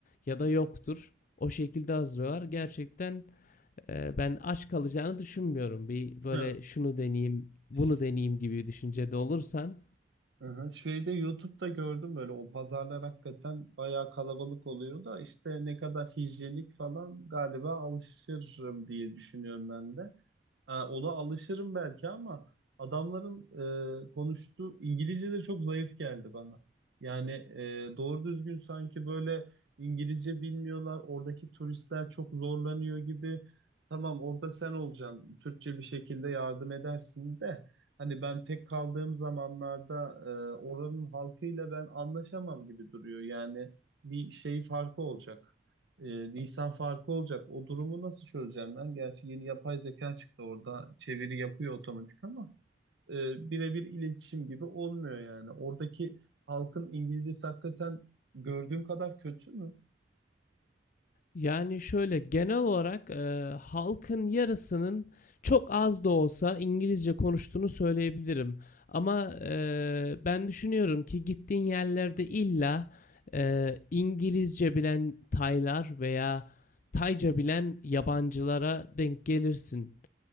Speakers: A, on the left; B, on the right.
A: ya da
B: hı,
A: yoktur. O şekilde hazırlıyorlar. Gerçekten e, ben aç kalacağını düşünmüyorum. Bir böyle
B: hı.
A: şunu deneyeyim, bunu
B: <laughs>
A: deneyeyim gibi düşüncede olursan.
B: Aha, şeyde YouTube'da gördüm böyle o pazarlar hakikaten bayağı kalabalık oluyor da işte ne kadar hijyenik falan galiba alışırım diye düşünüyorum ben de. E, ona alışırım belki ama adamların e, konuştuğu İngilizce de çok zayıf geldi bana. Yani e, doğru düzgün sanki böyle İngilizce bilmiyorlar. Oradaki turistler çok zorlanıyor gibi. Tamam orada sen olacaksın. Türkçe bir şekilde yardım edersin de. Hani ben tek kaldığım zamanlarda e, oranın halkıyla ben anlaşamam gibi duruyor. Yani bir şey farkı olacak e, Nisan farkı olacak. O durumu nasıl çözeceğim ben? Gerçi yeni yapay zeka çıktı orada çeviri yapıyor otomatik ama e, birebir iletişim gibi olmuyor yani. Oradaki halkın İngilizcesi hakikaten gördüğüm kadar kötü mü?
A: Yani şöyle genel olarak e, halkın yarısının çok az da olsa İngilizce konuştuğunu söyleyebilirim. Ama e, ben düşünüyorum ki gittiğin yerlerde illa e, İngilizce bilen Taylar veya Tayca bilen yabancılara denk gelirsin.